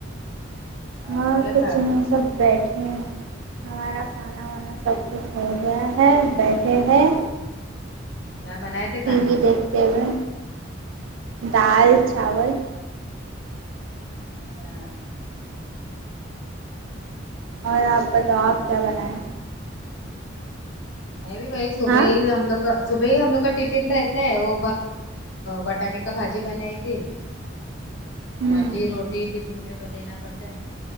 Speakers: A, on the right (about 85°); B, on the left (about 65°).
A: اور
B: ہو گیا
A: کچھ
B: تھا
A: نہیں سب بیٹھے ہمارا کھانا وانا سب کچھ ہو گیا ہے بیٹھے ہیں
B: کیا بنائے تھے
A: ٹی
B: کھانے
A: وی
B: میں
A: دیکھتے ہوئے دال چاول
B: اچھا
A: اور آپ بتاؤ آپ کیا بنائیں
B: میں بھی وہی صبح
A: ہاں
B: ہی ہم لوگ کا صبح ہی ہم لوگ کا ٹفن رہتا ہے وہ وٹانے کا بھاجی بنائی تھی
A: ہوں
B: بھاجی روٹی ٹی فن میں دینا پڑتا ہے